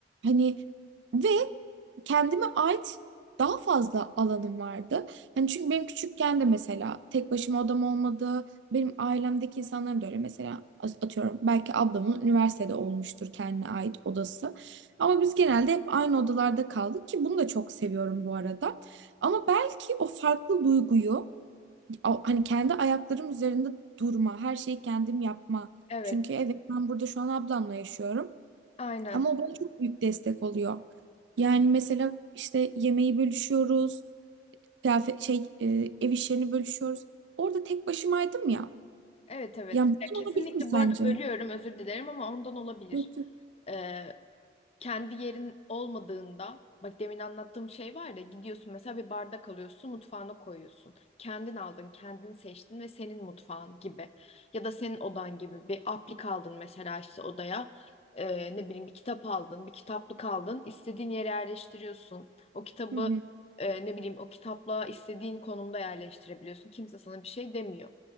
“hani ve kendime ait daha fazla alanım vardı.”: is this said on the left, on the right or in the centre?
Right